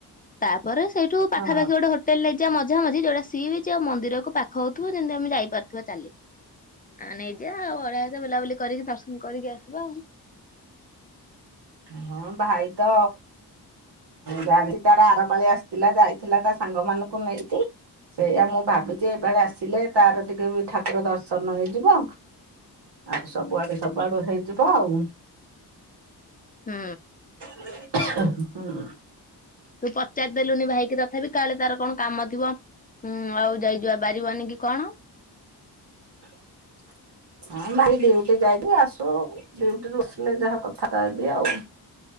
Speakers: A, on the left; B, on the right.
A: ତାପରେ ସେଇଠୁ ପାଖାପାଖି
B: ହଁ
A: ଗୋଟେ ହୋଟେଲ ନେଇଯିବା ମଝା ମଝି ଯୋଉଟା ସିଏ ବି ଯଉ ମନ୍ଦିରକୁ ପାଖ ହଉଥିବ ଯେମିତି ଆମେ ଯାଇପାରୁଥିବା ଚାଲି ଆ ନେଇଜ ଆଉ ଅଡେଇଆସ ବୁଲାବୁଲି କରିକି କରିକି ଆସିବା ଆଉ।
B: ହଁ ଭାଇ ତ ଜାଣି ତାର ଆରପାଳି ଆସିଥିଲା ଯାଇଥିଲା ତା ସାଙ୍ଗ ମାନଙ୍କୁ ନେଇକି ସେଇଆ ମୁଁ ଭାବିଛି ଏପଡ ଆସିଲେ ତାର ଟିକେ ବି ଠାକୁର ଦର୍ଶନ ହେଇଯିବ ଆଉ ସବୁଆଡେ ସବୁଆଡୁ ହେଇଯିବ ଆଉ।
A: ହୁଁ।
B: ହୁଁ।
A: ତୁ ପଚାରି ଦେଲୁନି ଭାଇକି ତଥାପି। କାଳେ ତାର କଣ କାମ ଥିବ। ହୁଁ ଆଉ ଯାଇଯିବା ବାରିବନ କି କଣ?
B: <inaudible> ହ ଭାଇ ଡିଉଟି ଯାଇବି ଆସୁ ଡଉଟିରୁ ଆସିଲେ ଯାହା କଥାଟ ହେବି ଆଉ